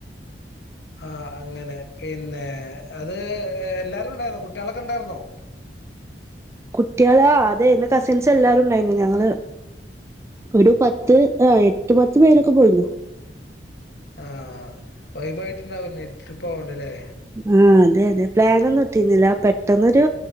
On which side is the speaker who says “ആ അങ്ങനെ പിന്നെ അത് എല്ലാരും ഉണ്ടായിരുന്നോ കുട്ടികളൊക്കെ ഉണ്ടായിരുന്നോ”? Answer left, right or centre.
Left